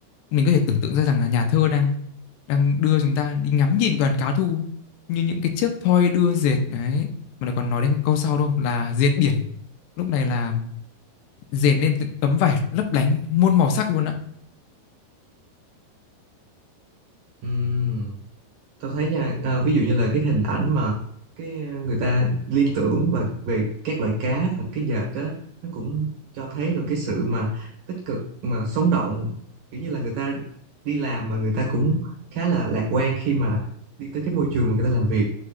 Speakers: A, on the left (about 75°); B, on the right (about 65°).
A: mình có thể tưởng tượng ra rằng là nhà thơ đang đang đưa chúng ta đi ngắm nhìn đoàn cá thu như những cái chiếc thoi đưa dệt đấy mà lại còn nói đến câu sau đúng không là dệt biển lúc này là dệt nên từng tấm vải lấp lánh muôn màu sắc luôn á
B: ừ. Tao thấy nha, ờ, ví dụ như là cái hình ảnh mà cái ờ, người ta liên tưởng và về các loại cá và cái dệt đó, nó cũng cho thấy được cái sự mà tích cực mà sống động, kiểu như là người ta đi làm mà người ta cũng khá là lạc quan khi mà đi tới cái môi trường mà người ta làm việc